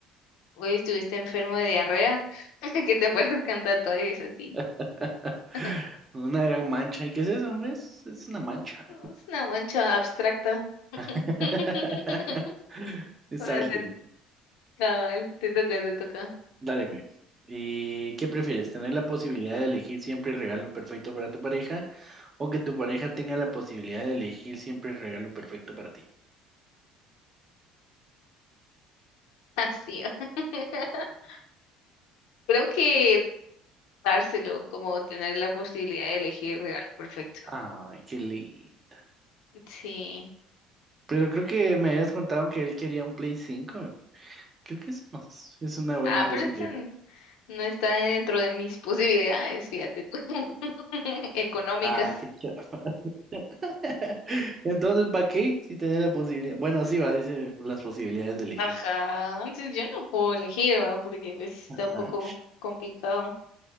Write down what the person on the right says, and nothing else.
<laughs>
Una gran mancha. ¿Y qué es eso? Es, es una mancha.
<laughs> Es
arte.
Dale, güey. ¿Y qué prefieres? ¿Tener la posibilidad de elegir siempre el regalo perfecto para tu pareja o que tu pareja tenga la posibilidad de elegir siempre el regalo perfecto para ti?
Ay, qué lindo.
Pero creo que me habías contado que él quería un Play cinco Creo que eso no es, es una buena
posibilidad.
Ah, qué chido. <laughs> Entonces, ¿para qué? Si tenés la posibilidad. Bueno, sí, va, dice las posibilidades de elegir.
Ajá.